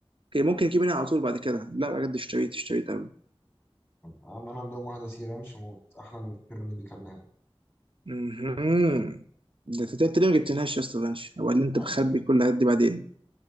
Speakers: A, on the right; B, on the left.
A: اوكي ممكن اجيب منها على طول بعد كده لا بجد اشتريت اشتريت قوي
B: عمال عندهم واحدة سي رانش موت أحلى من البيبروني اللي كلناها دي
A: امم ده انت أنت ليه ما جبتناش يا اسطى بنش ولا انت
B: عادي
A: بخبي كل الحاجات دي بعدين